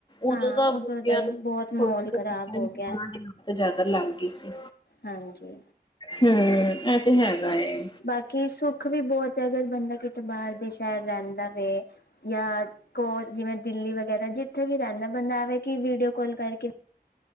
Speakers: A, on the left; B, on the left.
A: ਹਾਂ
B: ਉਦੋਂ ਤਾਂ <unintelligible>
A: ਉਧਰ ਦਾ ਹੀ ਬਹੁਤ ਮਾਹੌਲ ਖ਼ਰਾਬ ਹੋ ਗਿਆ
B: ਜ਼ਿਆਦਾ ਲੱਗ ਗਈ ਸੀ।
A: ਹਾਂਜੀ।
B: ਹਮ ਇਹ ਤੇ ਹੈਗਾ ਏ।
A: ਬਾਕੀ ਸੁੱਖ ਵੀ ਬਹੁਤ ਹੈ। ਅਗਰ ਬੰਦਾ ਕਿਤੇ ਬਾਹਰ ਦੇਸ਼ ਸ਼ਹਿਰ ਰਹਿੰਦਾ ਵੇ ਜਾਂ ਕੋਈ। ਜਿਵੇਂ ਦਿੱਲੀ ਵਗੈਰਾ ਜਿੱਥੇ ਵੀ ਰਹਿੰਦਾ। ਬੰਦਾ ਆਵੇ ਕਿ ਵੀਡੀਓ ਕੋਲ ਕਰਕੇ